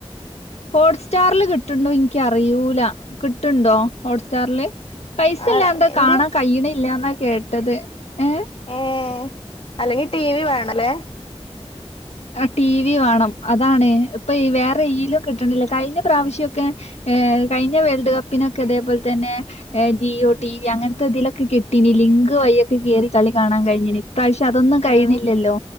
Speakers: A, on the left; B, on the left.
A: ഹോട്ട്സ്റ്റാറിൽ കിട്ട്ണ്ടോ എനിക്കറിയൂല കിട് ട്ടുണ്ടോ ഹോട്ട് സ്റ്റാറില് പൈസ
B: ആഹ്
A: ഇല്ലാണ്ട്
B: എന്റെ
A: കാണാൻ കഴിയ്ണില്ല എന്നാ കേട്ടത് ഏ
B: ഏ അല്ലെങ്കി ടി വി വേണലേ
A: ആ ടി വി വേണം അതാണ് ഇപ്പൊ വേറെയിലും കിട്ടണില്ല കഴിഞ്ഞ പ്രാവശ്യൊക്കെ ഏ കഴിഞ്ഞ വേൾഡ് കപ്പിനൊക്കെ ഇതേപോലെ തന്നെ ഏ ജിയോ ടിവി അങ്ങനത്തെ ഇതിലൊക്കെ കിട്ടീനില്ലേ ലി പിങ്ക് വയ്യൊക്കെ കേറി കളി കാണാൻ കഴിഞ്ഞീനു ഇപ്രാവശ്യം അതൊന്നും കഴിയണില്ലല്ലോ
B: ആഹ്